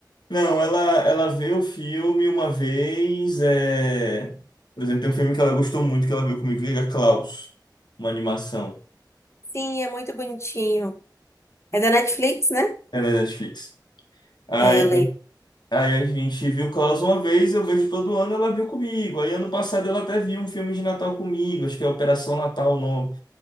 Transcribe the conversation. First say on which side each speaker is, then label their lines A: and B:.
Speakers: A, on the left (about 70°); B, on the left (about 35°).
A: Não, ela, ela vê o filme uma vez. É... Por exemplo, tem um filme que ela gostou muito que ela viu comigo, que é Klaus, uma animação.
B: Sim, é muito bonitinho. É da Netflix, né?
A: É na Netflix. Aí,
B: É, eu lembro.
A: aí a gente viu Klaus uma vez, eu vejo todo ano, ela viu comigo. Aí ano passado ela até viu um filme de Natal comigo, acho que é Operação Natal o nome.